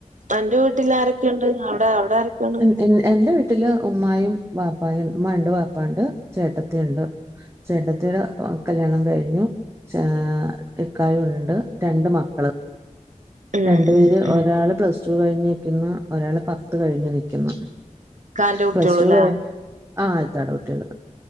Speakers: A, on the right; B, on the right.
A: അന്റെ വീട്ടിൽ ആരക്കേണ്ട് അഒടെ അഒടെ ആരക്കെണ്ട്?
B: എൻ എൻ എന്റെ വീട്ടില് ഉമ്മായും വാപ്പായും ഉമ്മ ഇണ്ട് വാപ്പാണ്ട് ചേട്ടത്തി ഇണ്ട്. ചേട്ടത്തിടെ അഹ് കല്യാണം കഴിഞ്ഞു. ച്ചാ ഇക്കയുണ്ട് രണ്ട് മക്കള്
A: ഉം
B: രണ്ട് പേര്
A: ഉം ഉം
B: ഒരാള് പ്ലസ് ടു കഴിഞ്ഞ് നിൽക്കുന്ന് ഒരാള് പത്ത് കഴിഞ്ഞ് നിൽക്കുന്ന്.
A: ഇക്കാന്റെ കുട്ടിയോള്ല്ലേ
B: പ്ലസ് ടു കഴി ആ അയിത്താട കുട്ട്യള്